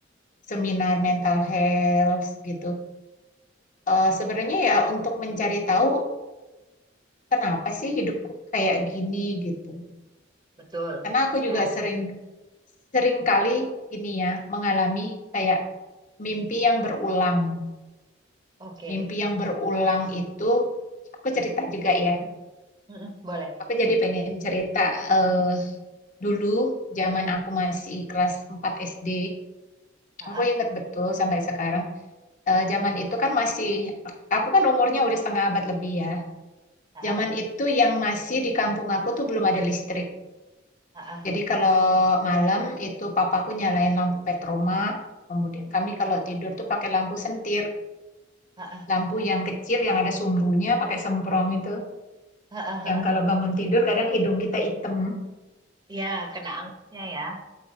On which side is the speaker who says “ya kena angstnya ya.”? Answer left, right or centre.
Right